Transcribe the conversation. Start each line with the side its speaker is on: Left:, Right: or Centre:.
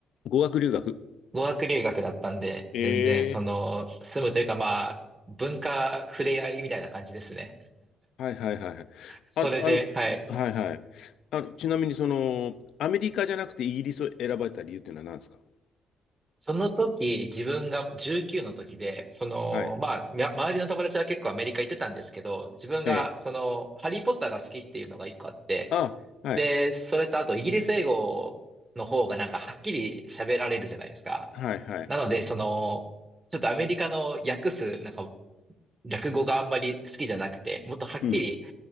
Left: 語学留学。
Right: 語学留学だったんで、
Left: ええ
Right: 全然その、住むというかまあ、文化触れ合いみたいな感じですね。
Left: はいはいはいはい。
Right: それで、
Left: あ、あの、
Right: はい。
Left: はいはい。あの、ちなみにその、アメリカじゃなくてイギリスを選ばれた理由っていうのは何ですか
Right: その時、自分が19の時で、その、
Left: はい。
Right: まあ、みゃ周りの友達は結構アメリカ行ってたんですけど、自分が、
Left: ええ。
Right: その、ハリー・ポッターが好きっていうのが一個あって、
Left: あ、はい。
Right: で、それとあと、イギリス英語の方がなんかはっきり喋られるじゃないですか。
Left: はいはい。
Right: なので、その、ちょっとアメリカの訳す、なんか、略語があんまり好きじゃなくて、もっとはっきり、
Left: うん。